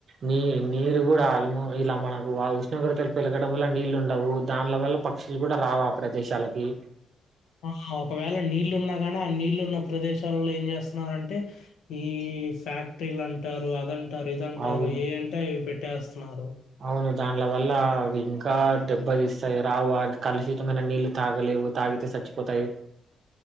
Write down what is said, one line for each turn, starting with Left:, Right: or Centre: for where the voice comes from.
Right: నీ నీరు కూడా ఆల్మ ఇలా మనకు ఆ ఉష్ణోగ్రతలు పెలగడం వల్ల నీళ్ళు ఉండవు. దాండ్ల వల్ల పక్షులు కూడా రావు ఆ ప్రదేశాలకి.
Left: ఆ ఒకవేళ నీళ్లు ఉన్న గణ ఆ నీళ్ళున్న ప్రదేశాలలో ఏం చేస్తున్నారంటే. ఈ ఫ్యాక్టరీలు అంటారు అద అంట టారూ ఇదంటారు
Right: అవును
Left: ఏ అంటే అవి పె. యస్ స్తున్నారో
Right: అవును దాండ్ల వల్ల అవి ఇంకా దెబ్బతిస్తాయి రావు కలుషితమైన నీళ్లు తాగలేవు తాగితే సచ్చిపోతాయి.